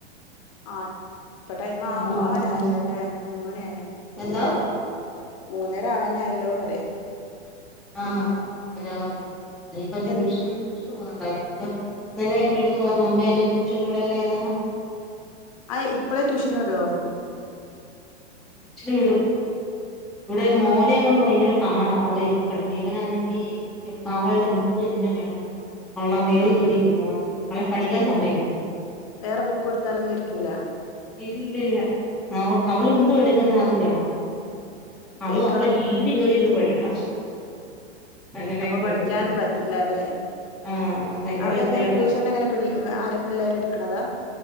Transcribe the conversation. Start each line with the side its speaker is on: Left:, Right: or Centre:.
Left: ആ ഇപ്പ ടൈം ആ
Centre: മോള് ഉറങ്ങുന്നു
Left: അവനായല്ലോ അല്ലേ മൂന്ന മണിയ ആയി ഒന്നര
Centre: എന്തോ
Left: ആയി മൂന്നര ആവാനായല്ലോ പറയാം
Centre: ആ അങ്ങന ഇപ്പ ടൂഷന്
Left: എ
Centre: ട്യൂഷ പോകുന്നുണ്ടായിരു ഇന്നലെ എന്റെ അടുത്ത് പറഞ്ഞു അമ്മേ എന്നെ ട്യൂഷന് വിടല്ലേ നാളെ
Left: ആ ഇപ്പളേ ട്യൂഷന് വിടുവോ
Centre: വിടും ഇവിടെ മോനും
Left: ആ
Centre: കൊണ്ട് ഭയങ്കര പാടാ അവളെ ഇരുത്തി പഠിപ്പിക്കാൻ ഇവനാണെങ്കി അവളുടെ ബുക്ക് എല്ലാം വേണം അവളുടെ മേളിൽ
Left: ആ
Centre: കയറി ഇരിക്കണം അവളെ പഠിക്കാൻ
Left: വേ
Centre: സമ്മതിക്കത്തില്ല
Left: വേറെ ബുക്ക് കൊടുത്താലൊന്നും ഇരിക്കൂല
Centre: ഇല്ലല്ല അവ അവള എതുും എടുക്കുന്ന അത് വേണം
Left: ഒക്കെ
Centre: അതും
Left: ഈ
Centre: അവളെ
Left: കള
Centre: കീഴ കേറിയിരുന്ന് പഠിക്കണം അങ്ങനെയൊക്കെയുണ്ട്
Left: അപ്പൊ പഠിക്കാനും പറ്റില്ല അല്ലെ
Centre: ആഹ് ഭയങ്കര
Left: അവിടെ
Centre: കുത്തിവെട്ടാ
Left: എങ്ങനെ ട്യൂഷൻ അങ്ങനെ ആരെ പിള്ളേരെ എടുക്കണതാ